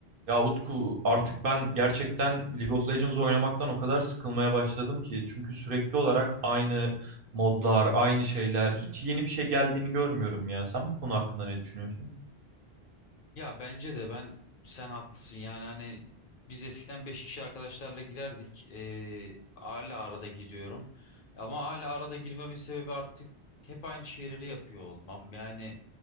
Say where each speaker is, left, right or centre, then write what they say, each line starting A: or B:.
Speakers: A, on the right; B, on the left.
A: Ya Utku artık ben gerçekten League of Legends oynamaktan o kadar sıkılmaya başladım ki. Çünkü sürekli olarak aynı modlar, aynı şeyler, hiç yeni bir şey geldiğini görmüyorum ya. Sen bu konu hakkında ne düşünüyorsun?
B: Ya bence de ben sen haklısın yani hani biz eskiden 5 kişi arkadaşlarla girerdik Ee, hala arada giriyorum ama hala arada girmemin sebebi artık hep aynı şeyleri yapıyor olmam yani